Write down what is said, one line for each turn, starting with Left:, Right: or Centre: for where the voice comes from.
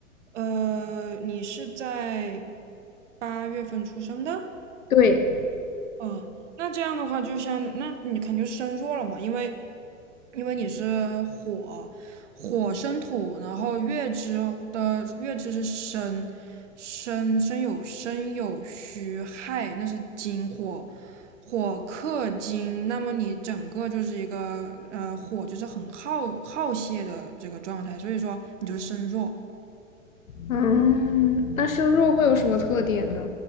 Right: 呃，你是在八月份出生的？
Left: 对，
Right: 哦，那这样的话，就像那你肯定是身弱了嘛，因为因为你是火，火生土，然后月支的月支是申，申申有申有戌亥，那是金火，火克金，那么你整个就是一个呃火就是很耗耗泄的这个状态，所以说你就是身弱。
Left: 嗯，那申弱会有什么特点呢？